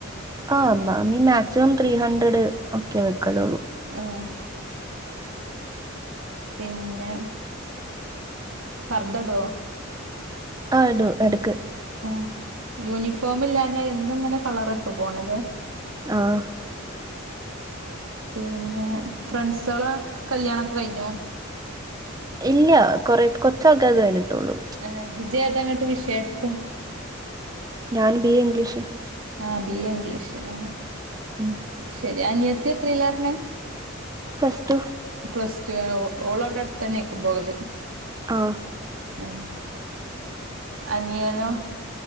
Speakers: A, on the right (about 20°); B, on the right (about 80°).
A: ആഹ് മാമി മാക്സിമം ത്രീ ഹൺഡ്രഡ് ഒക്കെ വെക്കലൊള്ളു
B: ആഹ് പിന്നെ പർദ്ധടോ
A: ആഹ് ഇടു എടക്ക്
B: ആഹ് യൂണിഫോമില്ലാഞ്ഞ എന്നു ഇങ്ങനെ കളറ്ട്ട് പോണലേ
A: ആഹ്
B: പിന്നെ ഫ്രൺസേളാ കല്യാണൊക്ക കയ്ഞ്ഞോ
A: ഇല്ല്യ കൊറെ കൊർച് ആൾക്കാരത കഴിഞ്ഞിട്ടൊള്ളു
B: ഏഹ് ഇജ് ഏതാ ഇങ്ങ്ട്ട് വിഷയ ഇട്ത്ത്
A: ഞാന് ബീ ഏ ഇംഗ്ലീഷ്
B: ആഹ് ബീ ഏ ഇംഗ്ലീഷ് അഹ്
A: ഉം
B: അയ് ശരി അനിയത്തി എത്രീലാ പർഞ്ഞെ
A: പ്ലസ്ടു
B: പ്ലസ് ടു ഏഹ് ഓള് അവ്ടെ അടുത്തെന്നേക്കും പോകല്
A: ആഹ്
B: ഏഹ് അനിയനൊ